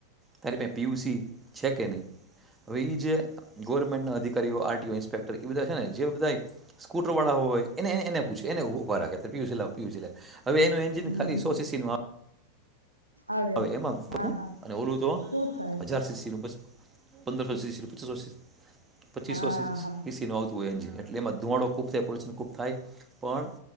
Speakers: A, on the right; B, on the right.
A: તારી પાંહે પી યુ સી છે કે નહીં? હવે ઈ જે. ગવર્મેન્ટના અધિકારીઓ આર ટી ઓ ઇન્સ્પેક્ટર એ બધા છે ને જે બધાય સ્કૂટરોવાળા હોય એને એને એને પૂછે, એને ઊભ ભા રાખે, <unintelligible> પી યુ સી લાવ પી યુ સીી લા હવે એનું એન્જિન
B: હમ
A: ખાલી
B: હમ
A: સો સી સીનું આ
B: આવે
A: અવે એમાં <unintelligible>
B: હા હા
A: અને ઓલું તો
B: શું થાય
A: હજાર સી સી નું બસ પંદરસો સી સી <unintelligible> પચીસો
B: હા
A: સી
B: હા
A: સી સી નુ આવ હોય જ, એટલે એમાં ધુમાડો ખુબ થાય, પોલ્યુશન ખુબ થાય, પણ